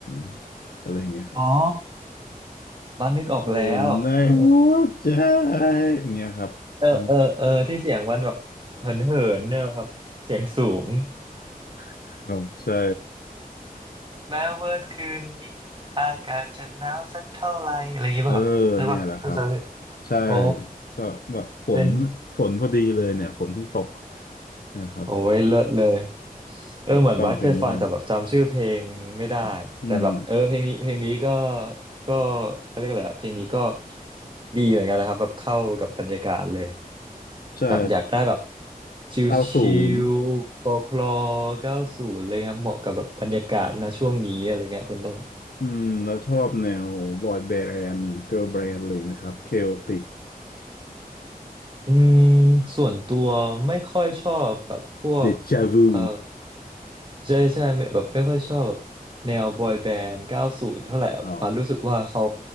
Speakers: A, on the left; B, on the right.
A: ำอะไรอย่างเงี้ยครับ
B: อ๋อบ้านนึกออกแล้วเออ
A: อุ่นในหัวใจอย่างเงี้ยครับ <laughs>
B: เออเออเออเออที่เสียงมันแบบเหินเหินเนี่ยครับเสียงสูง
A: อืม <laughs> ครับใช่
B: แม้ว่าคืนนี้อากาศจะหนาวสักเท่าไหร่อะไรอย่างเงี้ยป่ะครับใช่ป่ะน่าจะ
A: เออเนี่ยแหละครับใช่
B: โอ้
A: ก็แบบฝน
B: เป็น
A: ฝนพอดีเลยเนี่ยฝนเพิ่งตกเนะครับ
B: โอ้ยเลิศเลยเออเหมือนวัดเคยฟังแต่แบบจำชื่อเพลงไม่ได้แต่แบบเออเพลงนี้เพลงนี้ก็
A: ก็ฟังเพลงก็ได้อ่ะอืม
B: ก็เขาเรียกอะไรอะเพลงนี้ก็ดีเหมือนกันนะครับแบบเข้ากับบรรยากาศเลย
A: ใช่
B: แบบอยากได้แบบช
A: เก้าศูนย์
B: ิลๆคลอคลอเก้าูอะไรครับเหมาะกับแบบบรรยากาศนะช่วงนี้อะไรเงี้ยคุณต้น
A: อืมแล้วชอบแนวบอยแบนด์เกิร์ลแบนด์อะไรไหมครับเคโอติก
B: อืมส่วนตัวไม่ค่อยชอบแบบพวก
A: เดจาวู
B: เอ่อใช่ใช่ไม่แบบไม่ค่อยชอบแบบแนวบอยแบนด์เก้าสูนเท่าไหร่อะารู้สึกว่าเขา
A: อ๋อ